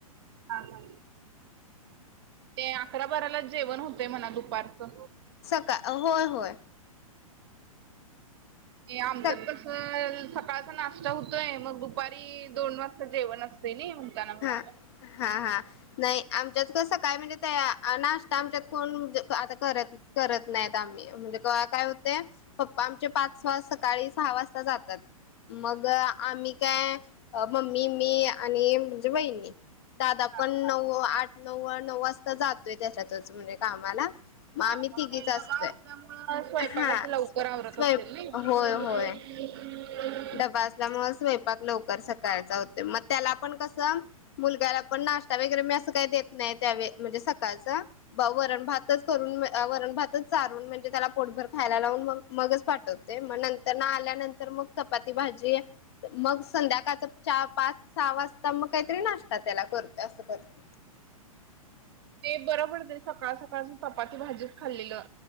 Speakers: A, on the right; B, on the left.
A: हा ह ते अकरा बारलाच जेवण होतंय म्हणा दुपारचं
B: सकाळ होय होय
A: आमच
B: सका
A: तस सकाळचा नाश्ता होत आहे मग दुपारी दोन वाजता जेवण असते ना म्हणताना म्हण
B: हा हा हा नाही आमच्यात का सकाळी म्हणजे त्याया नाश्ता आमच्यात कोण आता कररत करत नाहीत आम्ही म्हणजे काय होते प् आमचे पाच वाज सकाळी सहा वाज मग आम्ही काय मम्मी मी आणि र महिनी दादा
A: हां
B: पण नव आठ नवव नऊ वाजता जातोय त्याच्यातच म्हणजे कामाला आम्ही
A: हा मग
B: तिघीच
A: असल्या
B: असतोय
A: म स्वयंपाकाच
B: हा
A: लवकर आवरत
B: स्वयं
A: असेल ना
B: होय होय
A: हम्
B: डबा असल्यामुळे स्वयंपाक लवकर सकाळचा होत मग त्याला पण कसं मुलग्याला पण नाश्ता वगैरे मी असं काही देत नाही त्यावे म्हणजे सकाळच वरण भातच करून वरण भातच चारून म्हणजे त्याला पोटभर खायला लावून म मगच पाठत मग नंतर ना आल्यानंतर मग चपाती भाजी मग संध्याकाळच चार पाच सहा वाजता मग काहीतरी नाश्ता त्याला करत असं करत
A: ते बरं पडत सकाळ सकाळ चपाती भाजीच खाल्लेलं